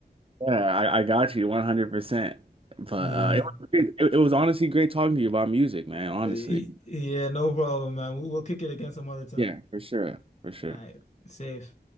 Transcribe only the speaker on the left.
Yeah,
Y- yeah, no problem, man. We'll, we'll kick it again some other time.
All right, safe.